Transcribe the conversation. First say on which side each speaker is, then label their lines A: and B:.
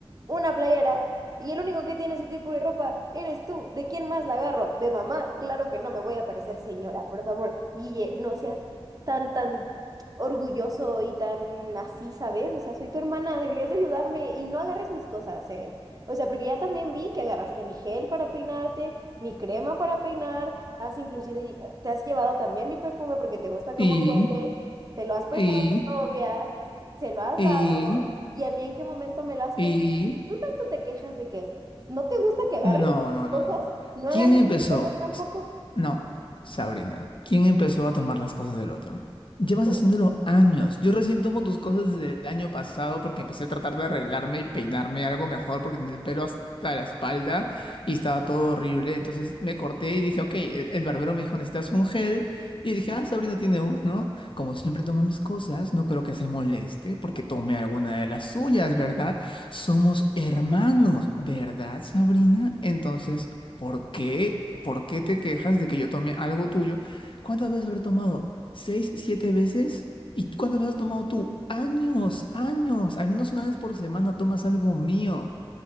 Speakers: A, on the right; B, on the left.
A: una playera, y el único que tiene ese tipo de ropa eres tú. ¿De quién más la agarro? ¿De mamá? Claro que no me voy a parecer señora, por favor. Guille, no seas tan, tan orgulloso y tan así, ¿sabes? O sea, soy tu hermana, deberías de ayudarme y no agarres mis cosas, ¿eh? O sea, porque ya también vi que agarraste mi gel para peinarte mi crema para peinar, has inclusive, lle- te has llevado también mi perfume porque te gusta cómo
B: Y,
A: huele, se lo has prestado
B: y,
A: a tu novia, se lo has
B: y,
A: dado, y a mí en qué momento me lo has
B: y,
A: pedido. Tú tanto te quejas de que no te gusta que agarres
B: No, no,
A: cosas,
B: no, no.
A: no
B: ¿Quién
A: agarres
B: empezó?
A: mis cosas tampoco
B: S- No, Sabrina. ¿Quién empezó a tomar las cosas del otro? Llevas
A: tú.
B: haciéndolo años. Yo recién tomo tus cosas desde el año pasado porque empecé a tratar de arreglarme y peinarme algo mejor porque tenía el pelo hasta la espalda y estaba todo horrible. Entonces me corté y dije, ok, el, el barbero me dijo, necesitas un gel. Y dije, ah, Sabrina tiene uno. Como siempre toma mis cosas, no creo que se moleste porque tome alguna de las suyas, ¿verdad? Somos hermanos, ¿verdad, Sabrina? Entonces, ¿por qué? ¿Por qué te quejas de que yo tomé algo tuyo? ¿Cuántas veces habré tomado? ¿Seis, siete veces? ¿Y cuántas veces has tomado tú? Años, años. Al menos una vez por semana tomas algo mío.